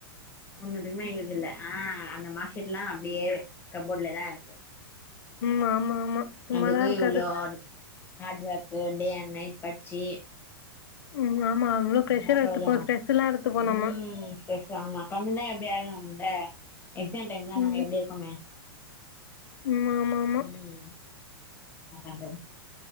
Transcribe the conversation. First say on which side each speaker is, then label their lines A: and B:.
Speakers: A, on the left; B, on the left.
A: ஒன்னுதுக்குமே யூஸ் இல்ல ஆ அந்த மார்க்ஷீட்லா அப்டியே கப்போர்டலதா இருக்கு
B: ம் ஆமா ஆமா சும்மாதான்
A: அதுக்கு
B: இருக்காது
A: இவ்ளோ ஹாட் ஹாட் ஒர்க் பண்ணி அண்ட் நைட் பட்ச்சு
B: ம் ஆமா <inaudible>
A: ன ப்ரோஜன
B: எடுத்துப்போம் ஸ்ட்ரெஸ் எல்லாம் எடுத்துப்போம்
A: ம்
B: நம்ம
A: பேசாம கம்மி தா எப்டி ஆச்சு ல எக்ஸாம் டைம்ல
B: ம்
A: நாங்க எப்படி இருக்குமே
B: ம் ஆமா ஆமா
A: ம் ன பண்றது